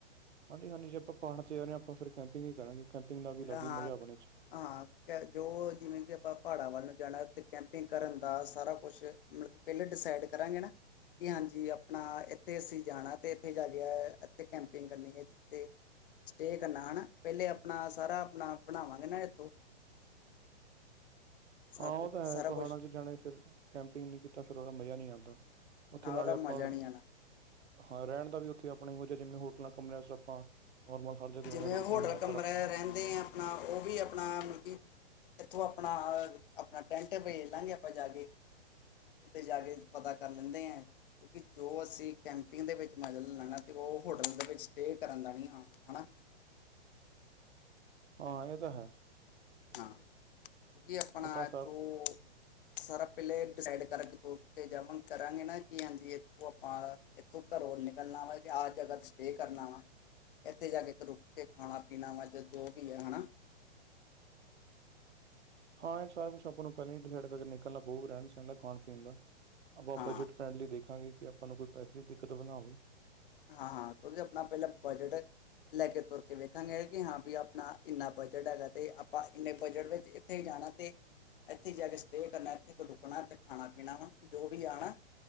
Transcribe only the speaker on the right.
ਹਾਂਜੀ-ਹਾਂਜੀ ਜੇ ਆਪਾਂ ਪਹਾੜਾਂ ਚ ਜਾ ਰਏ ਹਾਂ ਆਪਾਂ ਫਿਰ ਕੈਂਪਿੰਗ ਈ ਕਰਾਂਗੇ। ਕੈਂਪਿੰਗ ਦਾ ਵੀ ਅਲੱਗ
ਈ ਮਜਾ ਆਪਣੇ ਚ
ਹਾਂ, ਓਹ
ਤਾਂ
ਹੈ ਪਹਾੜਾਂ
ਚ ਜਾਣੇ ਫਿਰ ਕੈਂਪਿੰਗ ਨਈ ਕੀਤਾ ਫਿਰ ਓਹਦਾ ਮਜ਼ਾ ਨਹੀ ਆਂਦਾ। ਓਥੇ
ਨਾਲੇ
ਆਪਾਂ
ਹਾਂ ਰਹਿਣ ਦਾ ਵੀ ਓਥੇ ਆਪਣਾ ਇਹੋ ਜਿਹਾ ਜਿਵੇਂ ਹੋਟਲਾਂ ਕਮਰਿਆਂ ਚ ਆਪਾਂ ਨੋਰਮਲ ਹਰ ਜਗ੍ਹਾ ਰਹਿੰਦੇ
ਰੁਕਦੇ
ਹੀ ਹਾਂ ਪਰ
ਆਪਾਂ
ਹਾਂ ਏਹ ਤਾਂ ਹੈ।
ਆਪਾਂ
ਸਭ
ਹਾਂ ਏਹ ਸਾਰਾ ਕੁਛ ਆਪਾਂ ਨੂੰ ਪੈਲਾਂ ਈ ਡਿਸਾਈਡ ਕਰਕੇ ਨਿਕਲਣਾ ਪਊ ਰਹਿਣ ਸਹਿਣ ਤੇ ਖਾਣ ਪੀਣ ਦਾ ਆਪਾਂ
ਬਜਟ ਫਰੈਂਡਲੀ ਦੇਖਾਂਗੇ ਕਿ ਆਪਾਂ ਨੂੰ ਕੋਈ ਪੈਸੇ ਦੀ ਦਿੱਕਤ ਵੀ ਨਾ ਹੋਵੇ।